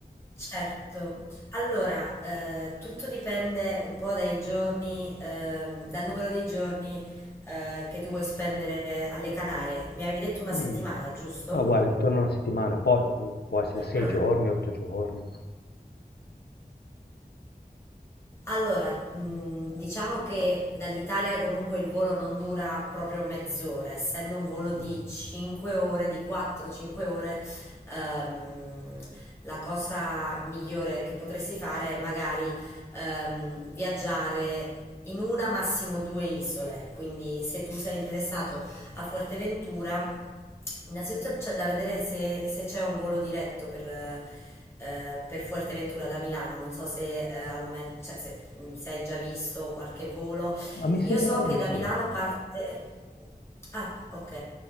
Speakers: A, on the left; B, on the left.
A: Certo, allora eh, tutto dipende un po' dai giorni, ehm, dal numero di giorni eh, che tu vuoi spendere alle Canarie. Mi avevi detto una
B: Mm.
A: settimana, giusto?
B: Ah, guarda, intorno a una settimana, poi mm, può essere sei
A: Allora,
B: giorni, otto giorni.
A: Allora, mh, diciamo che dall'Italia comunque il volo non dura proprio mezz'ora, essendo un volo di
B: Mm.
A: 5 ore, di 4-5 ore, ehm, la cosa migliore che potresti fare è magari ehm, viaggiare in una, massimo due isole. Quindi se tu sei interessato a Fuerteventura, Innanzitutto c'è da vedere se, se c'è un volo diretto per, eh, per Fuerteventura da Milano, non so se eh, al momento, cioè, se, mm, se hai già visto qualche volo.
B: Ah, mi
A: Io
B: sembrava
A: so che
B: di
A: da
B: sì.
A: Milano parte... Ah, ok.